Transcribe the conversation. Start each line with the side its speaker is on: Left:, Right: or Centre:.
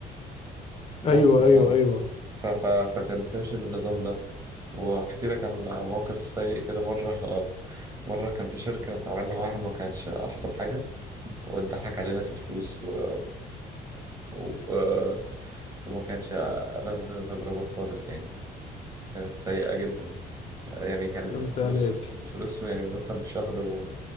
Right: بس
Left: ايوه
Right: ف...
Left: ايوه ايوه
Right: ف... ف... فكانت بتمشي بالنظام ده وأحكي لك عن موقف سيء كده مرة مرة كان في شركة اتعاملنا معاها ما كانتش أحسن حاجة واتضحك علينا في فلوس و... و... وما كانتش ألذ تجربة خالص يعني كانت سيئة جدا يعني كان
Left: فهمت
Right: في فلوس
Left: عليك
Right: فلوس يعني مرتب شهر و...